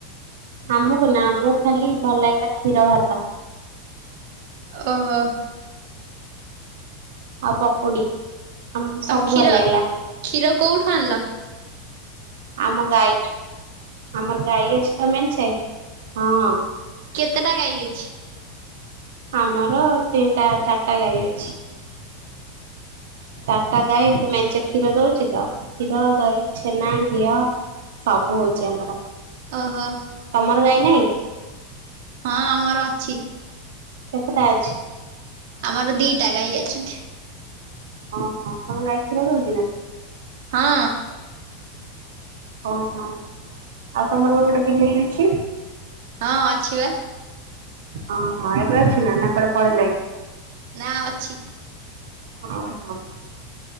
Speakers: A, on the right; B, on the right.
A: ଆମକୁ ନା ଅମକୁ ଖାଲି ଭଲ ଲାଗିଲା କ୍ଷୀର ଭାତ।
B: ଅ ଓହୋ।
A: ଆଉ ପକୁଡି। ଆମକୁ ସବୁ
B: ତମ କ୍ଷୀର
A: ଭଲ ଲାଗିଲା।
B: କ୍ଷୀର କୋଉଠୁ ଆଣିଲ?
A: ଆମ ଗାଈଠୁ ଆମର ଗାଈ ଅଛି ତ ମେ ଛେ ହଁ।
B: କେତେଟା ଗାଈ ଅଛି।
A: ଆମର ତିନିଟା ଚାରିଟା ଗାଈ ଅଛି। ଚାରିଟା ଗାଈ ସେ ମେଞ୍ଚେ କ୍ଷୀର ଦଉଛି ତ କ୍ଷୀର ଦହି ଛେନା ଘିଅ। ସବୁ ହଉଛି ଆମର।
B: ଓହୋ।
A: ତମର ଗାଈ ନାହିଁକି?
B: ହଁ ଆମର ଅଛି।
A: କେତେ ଟା ଆଛି?
B: ଆମର ଦିଟା ଗାଈ ଅଛନ୍ତି।
A: ଅଁ ହଁ ତମ ଗାଈ କ୍ଷୀର ଦଉଚି ନା?
B: ହଁ।
A: ଓହୋ ଆଉ ତମର ପା ଗୋଟେ ବିଲେଇ ଅଛି?
B: ହଁ ଅଛି ବା।
A: ଓହଁ ଏବେ ଅଛି ନା ନା କୁଆଡେ ପଳେଇଲାଣି?
B: ନା ଅଛି।
A: ଓହୋ